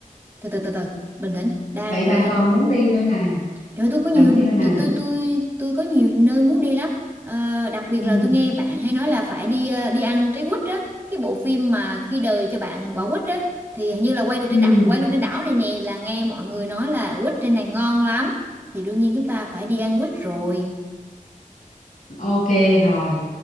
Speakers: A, on the right; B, on the left.
A: từ từ từ từ, bình tĩnh, đang
B: vậy bà
A: à,
B: còn muốn đi nơi nào?
A: trời ơi, tôi có nhiều
B: Bà muốn đi nơi nào
A: tôi
B: nữa?
A: tôi tôi tôi có nhiều nơi muốn đi lắm. Ờ, đặc biệt
B: Ừ,
A: là tôi nghe bạn hay nói là phải đi à, đi ăn trái quýt á, cái bộ phim mà khi đời cho bạn quả quýt á thì hình như là quay được
B: ừ,
A: trên đảo, quay luôn trên đảo này nè là nghe mọi người nói là quýt trên này ngon lắm. Thì đương nhiên chúng ta phải đi ăn quýt rồi.
B: ok rồi,